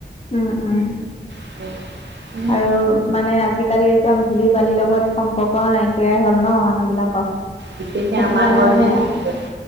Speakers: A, on the left (about 35°); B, on the right (about 75°).
A: উম, উম।
B: <inaudible>
A: আৰু মানে আজিকালি একদম ধূলি বালিৰ লগত সম্পৰ্ক নাইকিয়াই হ'ল ন' মানুহ বিলাকৰ?
B: বিশষকে
A: সেইটো
B: আমাৰ
A: কাৰণে
B: ঘৰত
A: মানে
B: যে নাই।